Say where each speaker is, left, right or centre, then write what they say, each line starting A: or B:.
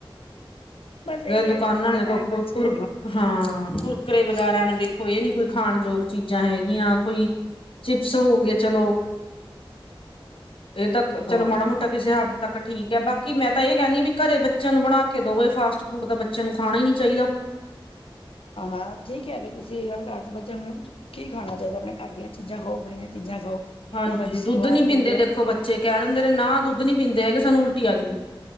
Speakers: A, on the left; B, on the left.
A: ਬਸ ਇਹੀ
B: ਦੁਕਾਨਾਂ
A: ਹੈ ਜਿਹੜਾ ਖਾਣਾ
B: ਨੇਂ ਕੁਰਕਰ
A: ਹੈ ਬੱਚੇ
B: ਹਾਂ ਕੁਰ ਕੁਰਕਰੇ ਵਗੇਰਾ ਨੇਂ ਦੇਖੋ, ਇਹ ਨੀਂ ਕੋਈ ਖਾਣ ਯੋਗ ਚੀਜ਼ਾਂ ਹੈਗੀਆਂ। ਕੋਈ ਚਿਪਸ ਹੋ ਗਏ ਚਲੋ, ਇਹ ਤਾਂ ਚਲੋ
A: ਹਾਂ
B: ਮਾੜਾ-ਮੋਟਾ ਤਾਂ ਕਿਸੇ ਹੱਦ ਤੱਕ ਠੀਕ ਐ, ਬਾਕੀ ਮੈਂ ਤਾਂ ਇਹ ਕਹਿੰਣੀ ਵੀ ਘਰੇ ਬੱਚਿਆਂ ਨੂੰ ਬਣਾ ਕੇ ਦੋਵੇ ਫਾਸਟ ਫੂਡ ਤਾਂ ਬੱਚਿਆਂ ਨੂੰ ਖਾਣਾ ਈ ਨਹੀਂ ਚਾਹੀਦਾ।
A: ਹਾਂ, ਹਾਂ ਠੀਕ ਹੈ। ਤੁਸੀ ਇਹ ਗੱਲ ਕਰ ਤੇ ਬਚੇਆ ਨੂੰ ਕੀ ਖਾਣਾ ਚਾਹੀਦਾ? ਆਪਣੇ ਘਰ ਦੀਆਂ ਚੀਜ਼ਾਂ ਖਾਓ, ਬਣੀਆਂ ਚੀਜ਼ਾਂ ਖਾਓ।
B: ਹਾਂਜੀ,
A: ਉਹਨਾਂ ਚ ਸਵਾਦ
B: ਦੁੱਧ ਨੀਂ ਪੀਂਦੇ
A: ਵੀ ਹੈ
B: ਦੇਖੋ ਬੱਚੇ ਕਹਿ ਦਿੰਦੇ ਨੇਂ ਨਾਂ ਦੁੱਧ ਨੀਂ ਪੀਂਦੇ ਹੈਗੇ, ਸਾਨੂੰ ਉਲਟੀ ਆਜੂਗੀ।